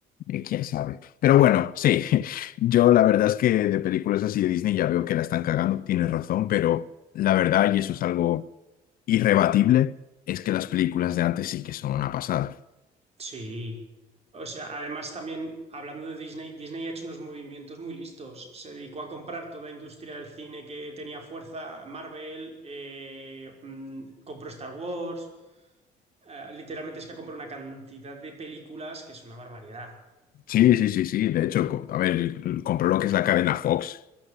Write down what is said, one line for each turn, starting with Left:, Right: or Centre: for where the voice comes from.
Left: Eh, ¿Quién sabe? Pero bueno, sí, <laughs> yo la verdad es que de películas así de Disney ya veo que la están cagando, tienes razón, pero la verdad, y eso es algo irrebatible, es que las películas de antes sí que son una pasada.
Right: Sí. O sea, además también hablando de Disney, Disney ha hecho unos movimientos muy listos. Se dedicó a comprar toda industria del cine que tenía fuerza, Marvel, eh, mm, compró Star Wars. eh, literalmente es que ha comprado una cantidad de películas que es una barbaridad.
Left: Sí, sí, sí, sí, de hecho, co- a ver, compró lo que es la cadena Fox.